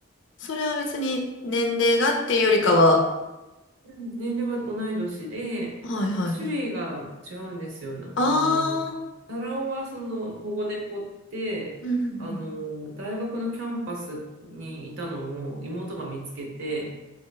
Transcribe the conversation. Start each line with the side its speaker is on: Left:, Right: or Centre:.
Left: それは別に年齢がっていうよりかは、
Right: うん年齢は同い年で、
Left: はいはい。
Right: 種類が違うんですよ。なあの、
Left: あー、
Right: タラオはその保護猫って、
Left: うん
Right: あの、大学のキャンパスにいたのを妹が見つけて、